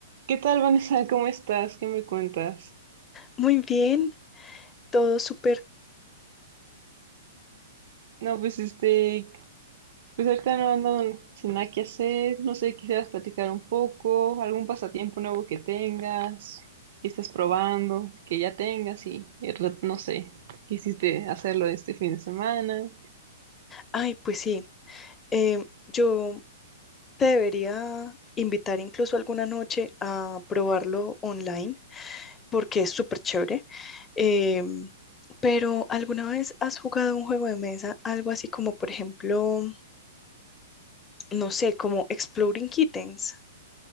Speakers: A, on the right; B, on the left.
A: ¿Qué tal, Vanessa? ¿Cómo estás? ¿Qué me cuentas?
B: Muy bien, todo súper.
A: No, pues este, pues ahorita no ando sin nada que hacer, no sé, quisieras platicar un poco, algún pasatiempo nuevo que tengas, que estés probando, que ya tengas y, y re- no sé, quisiste hacerlo este fin de semana.
B: Ay, pues sí, em, yo te debería invitar incluso alguna noche a probarlo online porque es súper chévere. Em, pero ¿alguna vez has jugado un juego de mesa, algo así como, por ejemplo, no sé, como Exploding Kittens?